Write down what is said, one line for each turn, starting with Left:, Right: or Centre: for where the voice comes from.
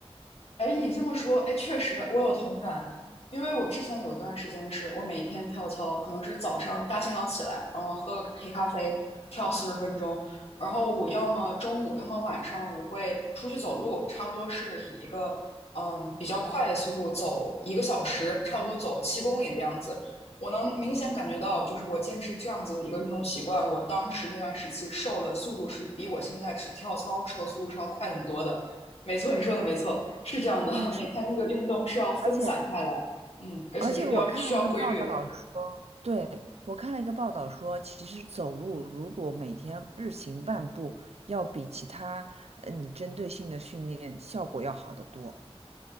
Left: 哎，你这么说，哎，确实我有同感，因为我之前有一段时间是我每天跳操，可能是早上大清早起来，然后喝个黑咖啡，跳四十分钟，然后我要么中午，要么晚上，我会出去走路，差不多是以一个嗯比较快的速度走一个小时，差不多走七公里的样子。我能明显感觉到，就是我坚持这样子的一个运动习惯，我当时那段时期瘦的速度是比我现在只跳操瘦的速度是要快很多的。没错，你说的没错，是这样的。
Right: 嗯，是，
Left: 每天那个运动是要分散开来，
Right: 而且
Left: 嗯，而且是比较需要规律的。
Right: 而且我看了一个报道说，对，我看了一个报道说，其实走路如果每天日行万步，要比其他呃你针对性的训练效果要好得多。